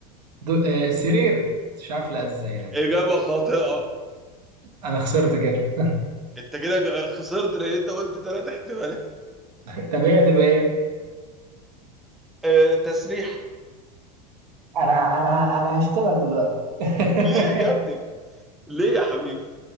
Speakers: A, on the right; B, in the centre.
A: دو... آه سرير مش عارف لا ازاي ده
B: إجابة خاطئة
A: أنا خسرت كده
B: أنت كده ج- خسرت لأن أنت قلت تلات احتمالات
A: <laughs> طب هي تبقى إيه؟
B: آه تسريح
A: <laughs> انا انا انا هشتمك دلوقتي <laughs>
B: ليه يا ابني ليه يا حبيبي؟